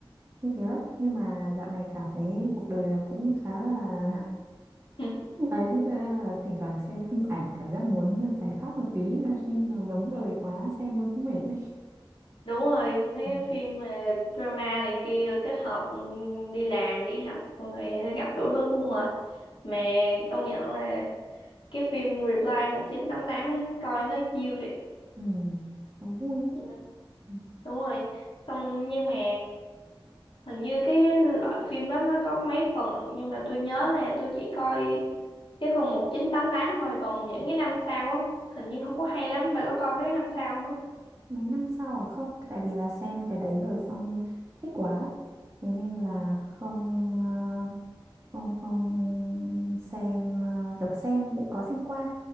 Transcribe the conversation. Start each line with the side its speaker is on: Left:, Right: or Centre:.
Right: như thế lắm nhưng mà dạo này cảm thấy cuộc đời nó cũng khá là <laughs>
Left: <laughs>
Right: đấy thế nên là thỉnh thoảng xem phim ảnh cảm giác muốn giải thoát một tí nên là phim nó giống đời quá xem nó cũng mệt đấy
Left: Đúng rồi, mấy cái
Right: ừ.
Left: phim ờ, drama này kia kết hợp ừ, đi làm, đi học rồi gặp đủ thứ cũng mệt. Mà công nhận là cái phim Reply 1988 á, coi nó chill thiệt.
Right: Ừ. nó vui
Left: Ừ,
Right: Ừ.
Left: Đúng rồi. Xong nhưng mà hình như cái loại phim đó nó có mấy phần nhưng mà tôi nhớ là tôi chỉ coi cái phần 1988 thôi còn những cái năm sau á hình như không có hay lắm bà có coi mấy năm sau không á
Right: mấy năm sau à không tại vì là xem cái đấy rồi xong thích quá thế nên là không ờ, không không xem ờ, kiểu xem cũng có xem qua